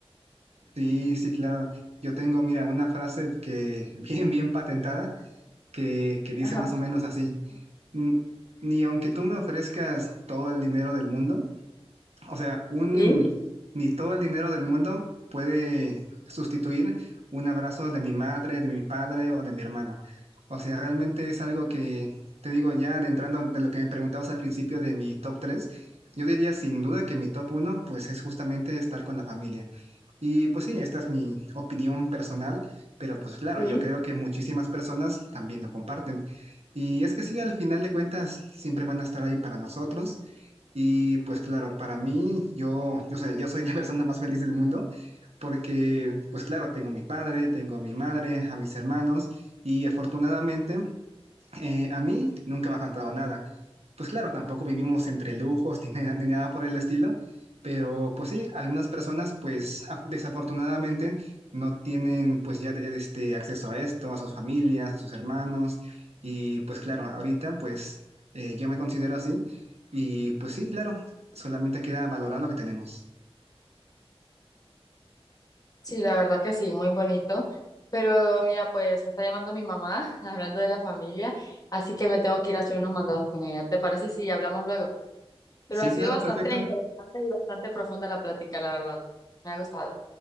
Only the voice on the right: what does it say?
Sí, sí, claro. Yo tengo, mira, una frase que <laughs> bien, bien patentada, que, que dice
más o menos así. "N- Ni aunque tú me ofrezcas todo el dinero del mundo, O sea, un,
ni todo el dinero del mundo puede sustituir un abrazo de mi madre, de mi padre o de mi hermano. O sea, realmente es algo que, te digo, ya adentrando de lo que me preguntabas al principio de mi top 3. yo diría sin duda que mi top uno, pues es justamente estar con la familia. Y pues sí, esta es mi opinión personal, pero pues claro,
yo creo que muchísimas personas también lo comparten. Y es que sí, al final de cuentas, siempre van a estar ahí para nosotros. Y pues claro, para mí, yo, yo soy, yo soy la <laughs> persona más feliz del mundo, porque pues claro, tengo a mi padre, tengo a mi madre, a mis hermanos, y afortunadamente eh, a mí nunca me ha faltado nada. Pues claro, tampoco vivimos entre lujos ni, <laughs> nada ni nada por el estilo, pero pues sí, algunas personas pues af- desafortunadamente no tienen pues ya de- este acceso a esto, a sus familias, a sus hermanos y pues claro, ahorita pues eh, yo me considero así y pues sí, claro, solamente queda valorar lo que tenemos.
Sí,
claro,
perfecto.